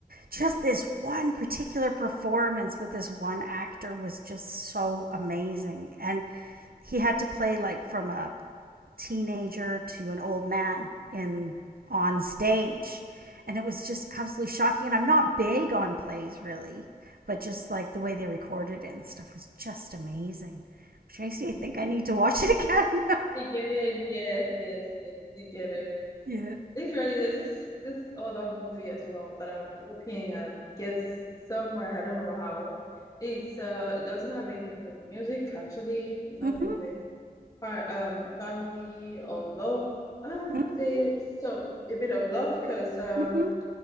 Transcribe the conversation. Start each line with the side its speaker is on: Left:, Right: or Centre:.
Right: just this one particular performance with this one actor was just so amazing and he had to play like from a teenager to an old man in on stage and it was just absolutely shocking and i'm not big on plays really but just like the way they recorded it and stuff was just amazing which makes
Left: Yeah.
Right: me think i need to watch it again
Left: You get it. Yes, yes, yes, you get it.
Right: <laughs> yeah
Left: Literally, there's this this other movie as well that I'm hoping I get to see somewhere. I don't know how. It's uh, it doesn't have anything to do with music, actually. Nothing
Right: mm-hmm.
Left: with fa um family or love. Uh,
Right: Mm-hmm.
Left: there's some a bit of love because um,
Right: mm-hmm